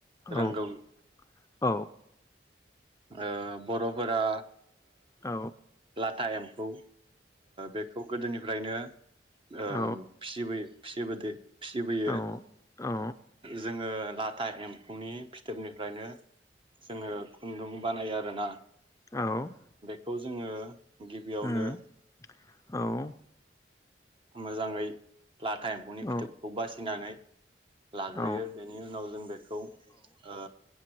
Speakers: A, on the right; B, on the left.
A: रोंगौ,
B: औ औ
A: ओ बर'फोरा
B: औ
A: लाथा एम्फौ बेखौ गोदोनिफ्रायनो फिसिबोयो
B: औ
A: जों
B: औ औ
A: जोंङो लाथा एम्फौनि फिथोबनिफ्रायनो जोंङो खुन्दुं बानायो आरोना
B: औ,
A: बे खौ जोंङो गिबियावनो
B: उम औ
A: मोजाङै लाथा एम्फौनि
B: औ
A: फिथोबखौ बासिनानै लाग्रोयो
B: औ
A: बेनि उनाव जों बेखौ ओ